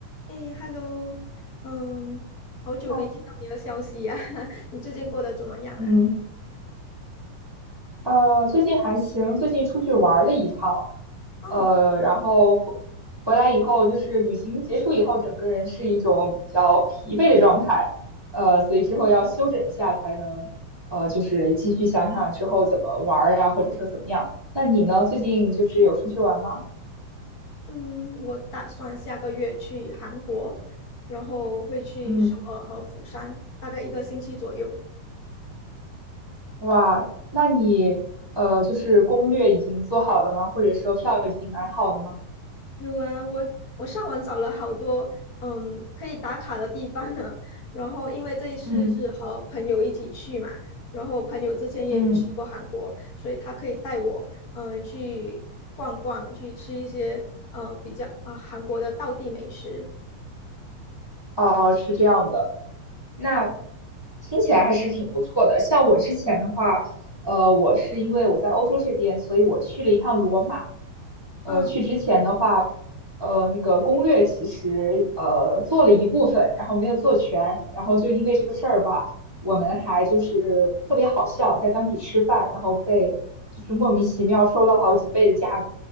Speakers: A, on the left; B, on the right.
A: 哎，Hello，嗯，好久没听到你的消息呀、
B: 哦
A: <laughs> 你最近过得怎么样啊？
B: 嗯，呃，最近还行，最近出去玩儿了一趟，
A: 哦，
B: 呃，然后回回来以后，就是旅行结束以后，整个人是一种比较疲惫的状态，呃，所以之后要休整一下，才能呃，就是继续想想之后怎么玩儿啊，或者说怎么样。那你呢？最近就是有出去玩吗？
A: 嗯，我打算下个月去韩国，然后会去首尔和釜山，
B: 嗯，
A: 大概一个星期左右。
B: 哇，那你呃，就是攻略已经做好了吗？或者说票已经买好了吗？
A: 有啊，我我上网找了好多嗯可以打卡的地方呢。然后因为这一次是和朋友一起去嘛，
B: 嗯，
A: 然后朋友之前也去过韩国，
B: 嗯，
A: 所以他可以带我嗯去逛逛，去吃一些呃比较啊、韩国的道地美食。
B: 哦，是这样的。那听起来还是挺不错的。像我之前的话，呃，我是因为我在欧洲这边，所以我去了一趟罗马。呃，
A: 嗯
B: 去之前的话，呃，那个攻略其实呃做了一部分，然后没有做全，然后就因为这个事儿吧，我们还就是特别好笑，在当地吃饭，然后被就是莫名其妙收了好几倍的价格，